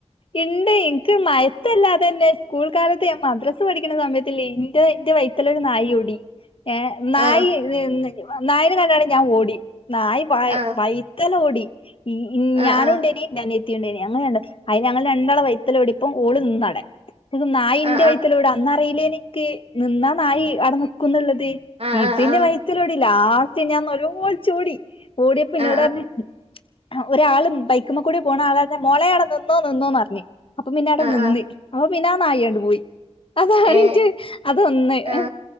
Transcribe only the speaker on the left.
ഇണ്ട് ഇൻക്ക് മയത്തല്ലാതെന്നെ സ്കൂൾ കാലത്ത് ഞാൻ മദ്രസ് ക്ക് പഠിക്ക്ണ സമയത്ത്ല്ലെ ഇൻ്റെ ഇൻ്റെ വൈത്തിലൊരു നായോടി ഏ നായെ
വെന്ന് ഇ വ നായനെ കണ്ണാരം ഞാൻ ഓടി നായി വായ്
വൈത്തലോടി ഉം ഉം
ഞാനുണ്ടേനി
ൻ്റനി <unintelligible> ഇത്തിട്ടുണ്ട് ഞങ്ങള് രണ്ടും അയ് ഞങ്ങളെ രണ്ടാളെ വൈത്തലോടിപ്പൊ ഓള് ന്നടെ പിന്നെ നായിൻ്റെ
വൈത്തിലോട അന്ന് അറിയില്ലേനി കെ നിന്നാനായി അവിടെ നിക്കുന്ന്ള്ളത് ഹ്
ഇത്
യിന്റെ വയ്ത്തിലോടി ലാ ട്ട് ഞാൻ നില വിളിച്ചു ഓടി ഓടിയപ്പൊ
ന്നോടർഞ്ഞ് അ ഒരാളും ബൈക്കുമ്മ കൂടി പോണാ ആള് മോളേ ഇറ - ന്നോ നിന്നോ അറിഞ്ഞ- അപ്പൊ പിന്നെ അവിടെ
നിന്ന്
അ പിന്നാ നായ അങ്ങട് പോയി അതാണീറ്റ്
അതൊന്ന്
എ-